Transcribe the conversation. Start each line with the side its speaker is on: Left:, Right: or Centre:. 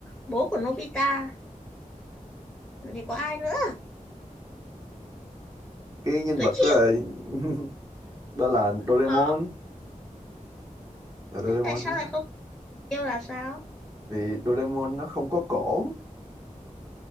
Centre: bố của Nobita thì có ai nữa
Right: cái nhân
Centre: tôi
Right: vật
Centre: chịu
Right: đó là, <laughs> đó là
Centre: không
Right: Doraemon
Centre: có
Right: là Doraemon
Centre: thế tại sao
Right: á
Centre: lại không yêu là sao
Right: vì Doraemon nó không có cổ